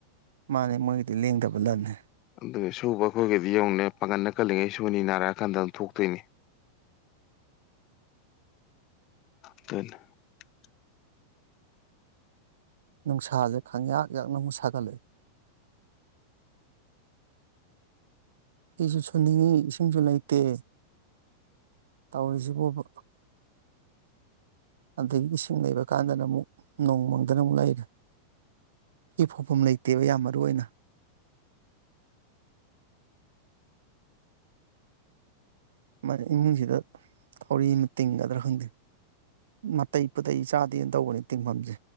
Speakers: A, on the right; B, on the left.
A: ꯃꯥꯅꯤ ꯃꯣꯏꯒꯤꯗꯤ ꯂꯦꯡꯗꯕ ꯂꯟꯅꯤ
B: ꯑꯗꯨ ꯁꯨꯕ ꯑꯩꯈꯣꯏꯒꯗꯤ ꯌꯦꯡꯉꯨꯅꯦ ꯄꯥꯡꯒꯜꯅ ꯀꯜꯂꯤꯉꯩ ꯁꯨꯅꯤ ꯅꯥꯔꯛꯑꯀꯥꯟꯗ ꯊꯣꯛꯇꯣꯏꯅꯦ <inaudible> <unintelligible>
A: ꯅꯨꯡꯁꯥꯖꯦ ꯈꯪꯌꯥꯛ ꯌꯥꯛꯅꯃꯨꯛ ꯁꯥꯒꯠꯂꯛꯑꯦ ꯐꯤꯖꯨ ꯁꯨꯅꯤꯡꯉꯤ ꯏꯁꯤꯡꯁꯨ ꯂꯩꯇꯦ ꯇꯧꯔꯤꯖꯤꯕꯣꯕ ꯑꯗꯒꯤ ꯏꯁꯤꯡ ꯂꯩꯕ ꯀꯥꯟꯗꯅ ꯑꯃꯨꯛ ꯅꯣꯡ ꯃꯪꯗꯅ ꯑꯃꯨꯛ ꯂꯩꯔꯦ ꯐꯤ ꯐꯧꯐꯝ ꯂꯩꯇꯦꯕ ꯌꯥꯝ ꯃꯔꯨ ꯑꯣꯏꯅ ꯃꯥꯅꯦ ꯏꯃꯨꯡꯖꯤꯗ ꯊꯧꯔꯤ ꯑꯃ ꯇꯤꯡꯒꯗ꯭ꯔ ꯈꯪꯗꯦ ꯅꯥꯇꯩ ꯄꯨꯇꯩ ꯆꯥꯗꯦꯅ ꯇꯧꯕꯅꯤ ꯇꯤꯡꯐꯝꯖꯦ